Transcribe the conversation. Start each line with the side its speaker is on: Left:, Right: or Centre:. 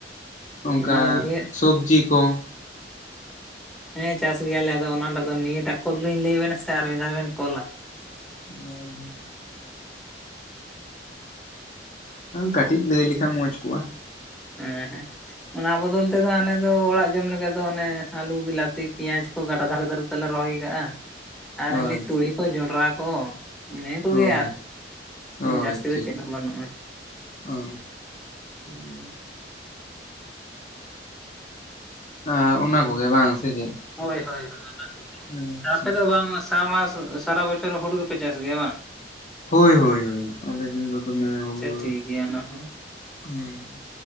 Left: ᱚᱱᱠᱟ
Centre: ᱚᱱᱟ ᱫᱚ ᱱᱤᱭᱟᱹ
Left: ᱥᱚᱵᱽᱡᱤ ᱠᱚ?
Centre: ᱦᱮᱸ ᱪᱟᱥ ᱜᱮᱭᱟᱞᱮ ᱟᱫᱚ ᱚᱱᱟᱴᱟᱜ ᱫᱚ ᱱᱤᱭᱟᱹᱴᱟᱜ ᱠᱚᱞ ᱞᱤᱧ ᱞᱟᱹᱭᱟᱵᱤᱱᱟ ᱥᱮ ᱟᱨ ᱢᱤᱫ ᱫᱷᱟᱣ ᱵᱤᱱ ᱠᱚᱞᱟ?
Left: ᱦᱟᱭ ᱦᱳᱭ ᱠᱟᱹᱴᱤᱡ ᱞᱟᱹᱭ ᱞᱮᱠᱷᱟᱱ ᱢᱚᱸᱡᱽ ᱠᱚᱜᱼᱟ
Centre: ᱦᱮᱸ ᱦᱮᱸ ᱚᱱᱟ ᱵᱚᱫᱚᱞ ᱛᱮᱫᱚ ᱟᱞᱮ ᱫᱚ ᱚᱲᱟᱜ ᱡᱚᱢ ᱞᱮᱠᱟ ᱫᱚ ᱚᱱᱮ ᱟᱹᱞᱩ ᱵᱤᱞᱟᱛᱤ ᱯᱮᱸᱭᱟᱡ ᱜᱟᱰᱟ ᱫᱷᱟᱨᱮ ᱫᱷᱟᱨᱮ ᱛᱮᱞᱮ ᱨᱚᱦᱚᱭ ᱠᱟᱜᱼᱟ ᱟᱨ
Left: ᱦᱳᱭ
Centre: ᱮᱢᱱᱤ ᱛᱩᱲᱤ ᱠᱚ ᱡᱚᱱᱰᱨᱟ ᱠᱚ ᱤᱱᱟᱹ ᱠᱚᱜᱮ
Left: ᱦᱳᱭ
Centre: ᱟᱨ
Left: ᱚ
Centre: ᱡᱟᱹᱥᱛᱤ
Left: ᱟᱪᱪᱷᱟ
Centre: ᱫᱚ ᱪᱮᱫ ᱦᱚᱸ ᱵᱟᱹᱱᱩᱜᱼᱟ ᱾
Left: ᱟᱪᱪᱷᱟ
Centre: ᱦᱮᱸ
Left: ᱟᱨ ᱚᱱᱟ ᱠᱚᱜᱮ ᱵᱟᱝ ᱥᱮ ᱪᱮᱫ?
Centre: ᱦᱳᱭ ᱦᱳᱭ ᱦᱳᱭ ᱚᱱᱟ ᱠᱚᱜᱮ
Left: ᱟᱪᱪᱷᱟ
Centre: ᱟᱯᱮ ᱫᱚ ᱵᱟᱝ <inaudible> ᱥᱟ ᱢᱟᱥ ᱥᱟᱨᱟ ᱵᱚᱪᱷᱚᱨ ᱦᱩᱲᱩ ᱜᱮᱯᱮ ᱪᱟᱥ ᱜᱮᱭᱟ ᱵᱟᱝ?
Left: ᱦᱳᱭ ᱦᱳᱭ ᱦᱳᱭ ᱟᱞᱮ ᱥᱮᱱ ᱫᱚ ᱫᱚᱢᱮ ᱦᱩᱲᱩ
Centre: ᱟᱪᱪᱷᱟ ᱴᱷᱤᱠ ᱜᱮᱭᱟ ᱚᱱᱟ ᱦᱚᱸ
Left: <unintelligible>